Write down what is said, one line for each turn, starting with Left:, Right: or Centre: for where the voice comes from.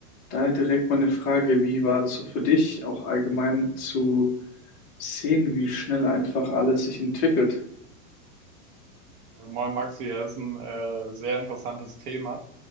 Left: daher direkt meine Frage, wie war das so für dich, auch allgemein zu sehen, wie schnell einfach alles sich entwickelt?
Right: Moin Maxi, das ist ein äh, sehr interessantes Thema.